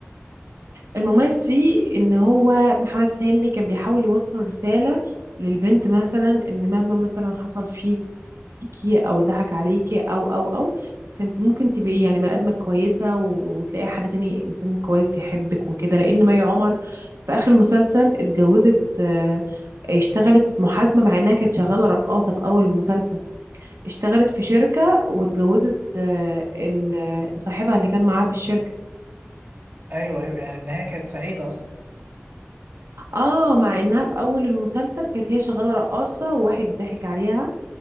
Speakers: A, on the right; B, on the right.
A: المميز فيه ان هو محمد سامي كان بيحاول يوصل رسالة للبنت مثلا ان مهما مثلا حصل فيكي او اتضحك عليكي او او او فانت ممكن تبقي يعني بني ادمة كويسة و... وتلاقي حد تاني انسان كويس يحبك وكده لان مي عمر في اخر المسلسل اتجوزت آه، اشتغلت محاسبة مع انها كانت شغالة رقاصة في اول المسلسل اشتغلت في شركة واتجوزت آه، ال- آه، صاحبها اللي كان معاها في الشركة
B: ايوه ايوه يعني النهايه كانت سعيده اصلا
A: اه مع انها في اول المسلسل كانت هي شغالة رقاصة وواحد ضحك عليها